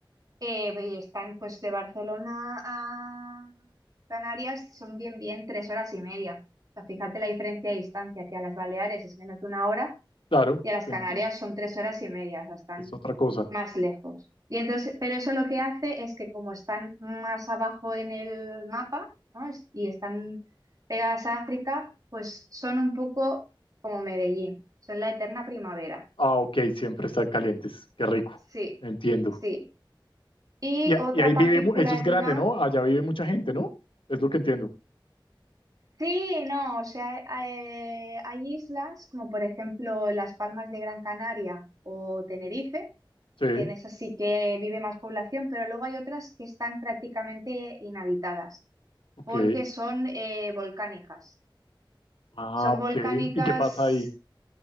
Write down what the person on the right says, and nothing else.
eh, y están pues de Barcelona a Canarias, son bien, bien tres horas y media. O sea, fíjate la diferencia de distancia, que a las Baleares es menos de una hora
y a las
Canarias
son tres horas y media, o sea, están
más lejos. Y entonces, pero eso lo que hace es que como están más abajo en el mapa, ¿no? Es- Y están pegadas a África, pues son un poco como Medellín, son la eterna primavera.
Sí,
sí. Y
otra
particularidad,
sí, no, o sea, eh, hay islas como por ejemplo las Palmas de Gran Canaria o Tenerife
que en esas sí que vive más población, pero luego hay otras que están prácticamente inhabitadas
porque son eh, volcánicas.
Son
volcánicas,